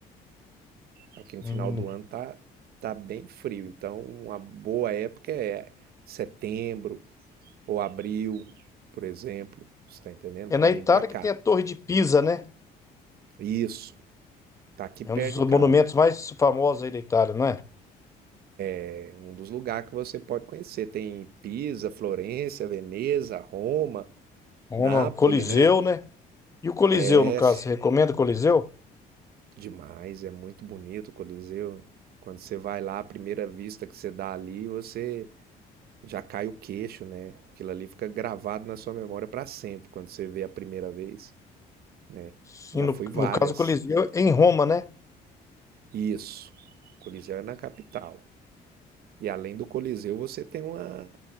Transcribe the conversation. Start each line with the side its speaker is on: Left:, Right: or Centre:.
Right: Aqui no
Left: Hum.
Right: final do ano tá, tá bem frio. Então, uma boa época é setembro ou abril, por exemplo. Você tá entendendo?
Left: É
Right: para
Left: na
Right: vir
Left: Itália
Right: para cá.
Left: que tem a Torre de Pisa, né?
Right: Isso. Tá aqui
Left: É
Right: perto
Left: um dos
Right: de
Left: monumentos
Right: casa.
Left: mais famosos aí da Itália, não é?
Right: É um dos lugares que você pode conhecer. Tem Pisa, Florença, Veneza, Roma,
Left: Roma,
Right: Nápoles,
Left: Coliseu,
Right: né?
Left: né? E o Coliseu,
Right: É
Left: no caso, você recomenda o Coliseu?
Right: Demais, é muito bonito o Coliseu. Quando você vai lá, a primeira vista que você dá ali, você já cai o queixo, né? Aquilo ali fica gravado na sua memória para sempre quando você vê a primeira vez, né?
Left: Sim,
Right: Já
Left: no,
Right: fui várias.
Left: no caso, o Coliseu é em Roma, né?
Right: Isso. O Coliseu é na capital. E além do Coliseu, você tem uma